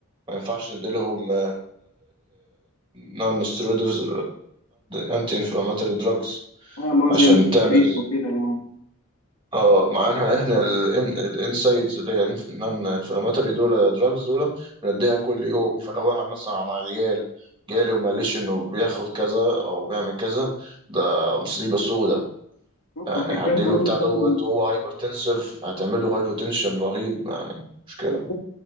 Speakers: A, on the right; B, on the left.
A: ما ينفعش نديلهم نون ستيرويدز انتي انفلاماتوري دراجز
B: اه ما
A: عشان
B: زي الكورين
A: تعمل
B: وكده يعني.
A: اه معناها احنا احنا الانسايدز اللي هي الانفلاماتوري دول دراجز دول بنديها كل يوم فلو واحد مثلا على عيال جالي وما قاليش انه بياخد كذا او بيعمل كذا ده مصيبه سودة
B: بالظبط
A: يعني
B: عشان
A: هديله
B: كده انت لازم
A: بتاع
B: تاخد
A: دوت
B: ال-
A: وهو هايبر تنسيف هتعمل له هايبر تنشن رهيب يعني مش كده
B: بالظبط